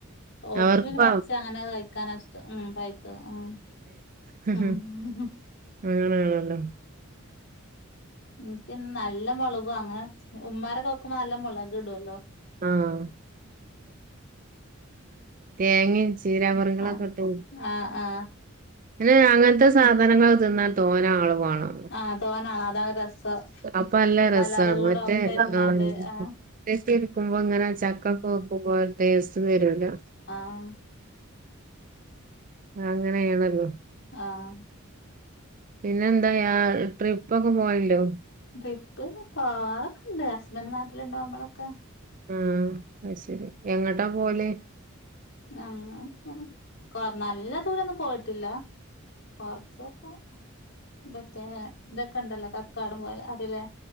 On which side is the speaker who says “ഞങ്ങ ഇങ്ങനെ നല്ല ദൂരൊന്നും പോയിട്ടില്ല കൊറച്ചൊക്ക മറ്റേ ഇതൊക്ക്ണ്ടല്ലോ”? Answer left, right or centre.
Left